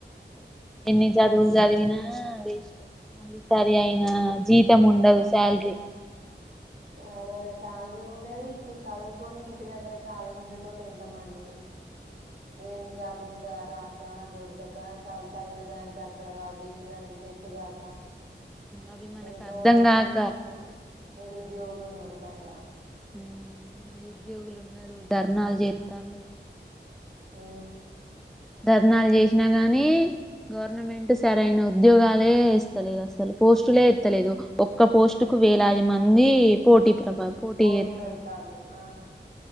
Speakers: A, in the centre; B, on the right (about 55°).
A: ఎన్ని చదువులు చదివినా వేస్ట్ మళ్ళీ సరి అయినా జీతం ఉండదు శాలరీ
B: సరేనా శాలరీ ఉండేది ఇప్పుడు చదువుకొని ఇంటి దగ్గర ఖాళీగా ఉనేటోళ్ళు ఎంత మంది ఇంకా ఏం జబ రాక దొరకక చాలా చదిైన దానికి అక్కడ వాళ్ళు చేసేదానికి చెట్టు కాక
A: అవి మనకు
B: ఎంతో
A: అర్థం
B: మంది
A: కాక
B: నిరు ఊరు మారి బయట
A: హ్మ్ నిరుద్యోగులు ఉన్నారు ధర్నా జేతలు
B: ఉ
A: ధర్నాలు చేసిన గాని గవర్నమెంట్ సరైన ఉద్యోగాలే ఇస్తలేదు అసలు పోస్టులే ఎత్తలేదు ఒక్క పోస్టు కు వేలాది మంది పోటీ ప్రభ
B: పోటీ
A: చేత్తాళ్ళు
B: పడతాలు ఆ